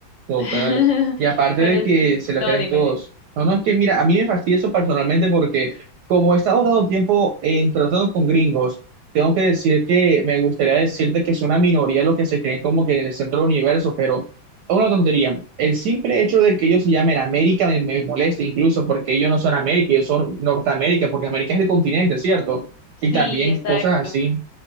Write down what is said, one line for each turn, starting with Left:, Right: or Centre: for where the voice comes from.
Right: Total.
Left: <laughs>
Right: Y aparte
Left: Pero
Right: de que
Left: sí,
Right: se lo
Left: no,
Right: creen
Left: dime,
Right: todos.
Left: dime.
Right: No, no, es que mira, a mí me fastidia eso personalmente porque como he estado dando tiempo en tratando con gringos, tengo que decir que me gustaría decirte que es una minoría los que se creen como que en el centro del universo, pero es una tontería. El simple hecho de que ellos se llamen América me, me molesta incluso porque ellos no son América, ellos son Norteamérica, porque América es el continente, ¿cierto?
Left: Sí,
Right: Y también
Left: exacto.
Right: cosas así,